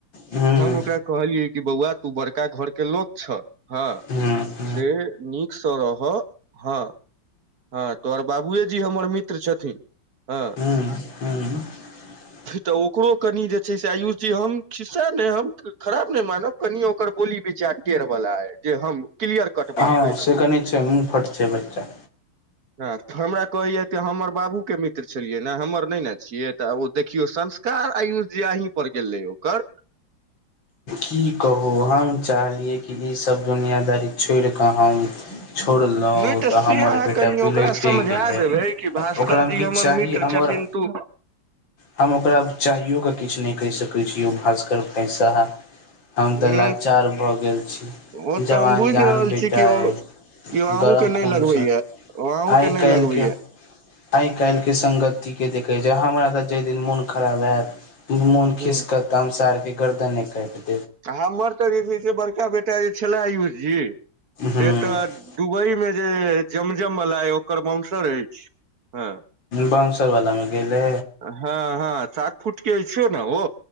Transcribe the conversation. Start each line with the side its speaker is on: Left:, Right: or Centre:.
Left: हूँ
Right: तऽ हम ओकरा कहलियै कि बौआ तू बड़का घर केँ लोक छ हँ
Left: <unintelligible>
Right: से नीक स रह हऽ हऽ तोहर बाबुए जी हमर मित्र छथिन <inaudible> ह
Left: हूँ <unintelligible>
Right: तऽ ओकरो कनि जे छै से आयुष जी हम खिस्सा नै हम खराब नै मानब कनि ओकर बोली विचार टेड़ बला है जे हम क्लियर कट
Left: हँ
Right: बात कहि रहल
Left: से कनी छै मुँह फट छै बच्चा
Right: ह हमरा कहैया त हमर बाबू के मित्र छलियै ने हमर नै ने छियै तऽ ओ देखियौ संस्कार आयुष जी अहीं पर गेलै ओकर
Left: की कहू हम चाहलियै कि ईसभ दुनियादारी छोड़ कऽ हम छोड़लहुँ
Right: नय तऽ से
Left: हमर
Right: अहाँ
Left: बेटा
Right: कनि
Left: बिलैटे
Right: ओकरा समझा
Left: गेलै
Right: देबै कि भास्कर
Left: ओकरामे
Right: जी
Left: किछु
Right: हमर
Left: चाही
Right: मित्र
Left: हम
Right: छथिन
Left: ओकरा
Right: तो
Left: हम ओकरा चाहिओक किछु नय कहि सकै छी ओ भास्कर भाईसाहब हम
Right: हूँ
Left: तऽ लाचार भऽ गेल छी
Right: ओ
Left: जवान
Right: तऽ हम बुझि
Left: जहान
Right: रहल
Left: बेटा
Right: छी कि ओ
Left: अय
Right: यौ अहूँ
Left: गरम
Right: के नहि
Left: खून
Right: लगबैया
Left: छैय
Right: ओ अहूँ
Left: आइ
Right: के नहि
Left: काईल
Right: लगबैया
Left: के आइ काईल के संगति के देखे जे हमरा तऽ जई दिन मोन खराब हैत मोन खिसके
Right: हूँ
Left: त हम सार के गर्दन काइट देब
Right: हमर तऽ जे छै से बड़का बेटा जे छलए आयुष जी
Left: हूँ
Right: से तऽ दुबई मे जे जमजम वला अय ओकर बउनसर ऐछ हँ
Left: बाउनसर वाला मे गेले
Right: हँ हँ सात फुट के छैय नै ओ